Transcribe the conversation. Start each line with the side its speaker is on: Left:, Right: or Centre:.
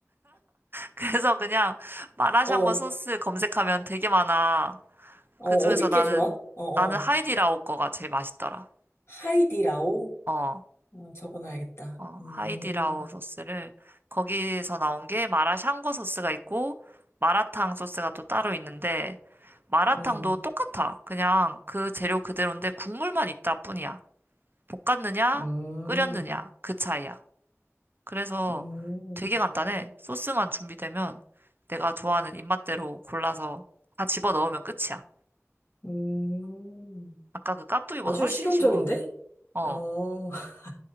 Right: 그래서 그냥 마라샹궈
Left: 어,
Right: 소스
Left: 어,
Right: 검색하면 되게 많아.
Left: 어디
Right: 그중에서 나는,
Left: 게 좋아? 어, 어.
Right: 나는 하이디라오 거가 제일 맛있더라.
Left: 하이디라오?
Right: 어,
Left: 어, 적어놔야겠다.
Right: 어,
Left: 음.
Right: 하이디라오 소스를 거기서 나온 게 마라샹궈 소스가 있고 마라탕 소스가 또 따로 있는데 마라탕도
Left: 음,
Right: 똑같아. 그냥 그 재료 그대로인데 국물만 있다 뿐이야. 볶았느냐,
Left: 음,
Right: 끓였느냐 그 차이야. 그래서
Left: 음,
Right: 되게 간단해. 소스만 준비되면 내가 좋아하는 입맛대로 골라서 다 집어 넣으면 끝이야.
Left: 음.
Right: 아까 그 깍두기보다
Left: 아주
Right: 훨씬
Left: 실용적인데?
Right: 쉬워. 어.
Left: 어, <laughs>